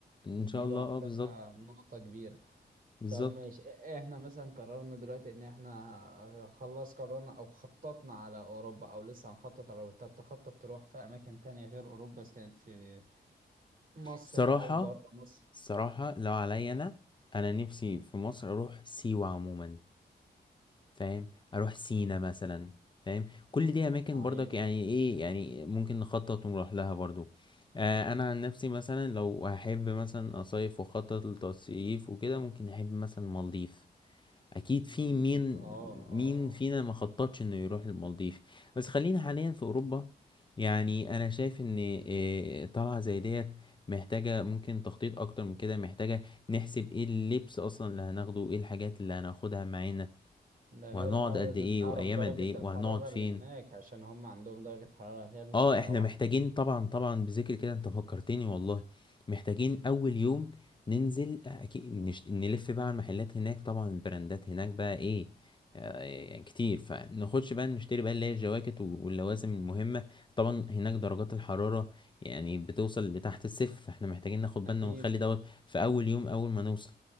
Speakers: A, on the left; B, on the right.
A: ان
B: دي
A: شاء الله
B: لوحدها
A: اه بالظبط
B: نقطة كبيرة
A: بالظبط
B: طب ماشي إ- احنا مثلا قررنا دلوقتي ان احنا خلاص قررنا او خططنا على اوروبا او لسه هنخطط على اوروبا طب تخطط تروح في اماكن تانية غير اوروبا اذا كانت في مصر
A: صراحة
B: او بره مصر
A: صراحة لو عليا أنا أنا نفسي في مصر أروح سيوة عموما فاهم أروح سينا مثلا فاهم كل دي أماكن
B: ايوه
A: برضك يعني إيه يعني ممكن نخطط ونروح لها برضو آه أنا عن نفسي مثلا لو هحب مثلا أصيف وأخطط للتصيف وكده ممكن أحب مثلا مالديف اكيد
B: المالديف
A: في مين
B: اه اه
A: مين
B: اه
A: فينا ما خططش انه يروح للمالديف بس خلينا حاليا في اوروبا يعني انا شايف ان إيه، طلعه زي ديت محتاجه ممكن تخطيط اكتر من كده محتاجه نحسب ايه اللبس اصلا اللي هناخده ايه الحاجات اللي هناخدها معانا
B: ده
A: وهنقعد
B: غير اه
A: قد
B: لازم
A: ايه
B: نعرف
A: وايام
B: درجة
A: قد ايه
B: الحرارة
A: وهنقعد فين
B: اللي هناك عشان هم عندهم درجة حرارة غيرنا
A: اه احنا
B: طبعا
A: محتاجين طبعا طبعا بذكر كده انت فكرتني والله محتاجين اول يوم ننزل اكيد نش... نلف بقى على المحلات هناك طبعا البراندات هناك بقى ايه آه، يعني كتير فناخدش بقى نشتري بقى اللي هي الجواكت و- واللوازم المهمة طبعا هناك درجات الحرارة يعني بتوصل لتحت الصفر فاحنا محتاجين ناخد بالنا
B: اكيد
A: ونخلي دوت في اول يوم اول ما نوصل